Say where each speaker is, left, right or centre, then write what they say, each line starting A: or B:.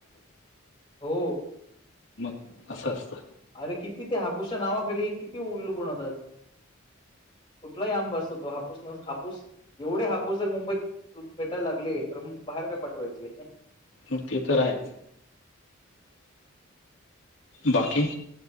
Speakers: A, on the left; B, on the left.
A: हो.
B: <unintelligible> असं असतं.
A: अरे किती ते हापूसच्या नावाखाली किती उलुबनवतात. कुठलाही आमब बसतो हापूस हापूस एवढे हापूस जर मुंबईत भेटायला लागले तर. बाहेर का पाठवायचे.
B: मग ते तर आहे बाकी.